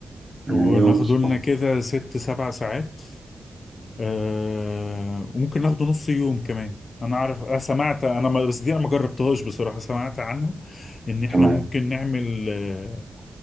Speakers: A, on the right; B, on the left.
A: سنانير
B: وناخده
A: ونصطاد
B: لنا كده ست سبع ساعات آه... وممكن ناخده نص يوم كمان انا اعرف أنا سمعت انا ما... بس دي انا ما جربتهاش بصراحة سمعت عنها ان احنا
A: تمام
B: ممكن نعمل آه...